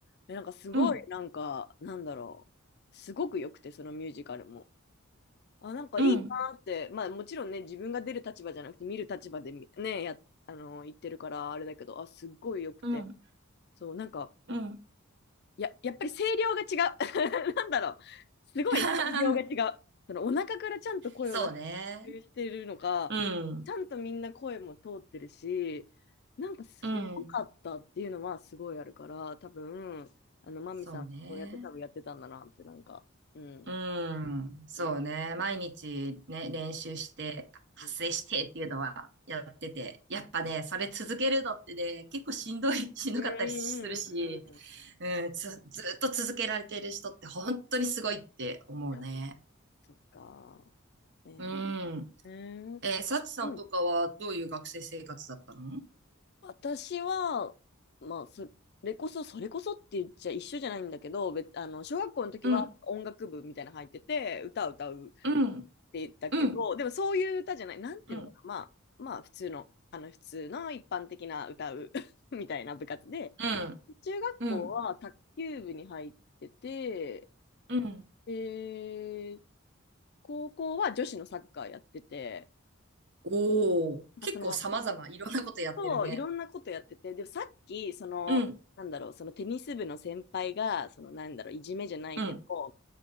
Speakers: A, on the left; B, on the right.
A: えなんかすごい、
B: うん、
A: なんか、なんだろう、すごく良くて、そのミュージカルも。あ、なんかいいなって、
B: うん、
A: まあもちろんね、自分が出る立場じゃなくて見る立場でみね、や、あの、言ってるからあれだけど、あ、すっごい良くて。
B: うん、
A: そう、なんか、
B: うん。
A: や、やっぱり声量が違う。<laughs> なんだろう。すごい声量が違う。
B: <laughs>
A: そのお腹からちゃんと声を出
B: そうね。
A: してるのか、
B: うん、
A: ちゃんとみんな声も通ってるし、なんかすごかったっていうのはすごいあるから、
B: うん。
A: 多分、あの、マミさん、
B: そうね。
A: そうやって多分やってたんだなって、なんか、うん。
B: うん、そうね。
A: うん。
B: 毎日ね、練習して、発声してっていうのはやってて、
A: うん
B: やっぱね、それ続けるのってね、結構しんどい、<laughs> しんどかったりするし、
A: うんうんうんうん。
B: うん、つ、ずっと続けられてる人って本当にすごいって思うね。
A: いやそっか。えー、
B: うん。
A: うーん。
B: えー、サチさんとかはどういう学生生活だったの
A: うん。私は、まあ、それこそ、それこそって言っちゃ一緒じゃないんだけど、別、あの、小学校の時は音楽部みたいなの入ってて、
B: うん、
A: 歌を歌うっ
B: うん、
A: て言ったけど、
B: うん、
A: でもそういう歌じゃない、なんていうのかな、
B: うん、
A: まあ、まあ、普通の、あの、普通の一般的な歌う <laughs> みたいな部活で、
B: うん、
A: 中学校は卓球部に入ってて、
B: うん、うん。
A: で、高校は女子のサッカーやってて、
B: おー、
A: なんかその、
B: 結構様々いろんなことやってるね。
A: そう、いろんなことやってて、でもさっき、その、
B: うん、
A: なんだろう、そのテニス部の先輩が、その、なんだろう、いじめじゃないけど、
B: うん、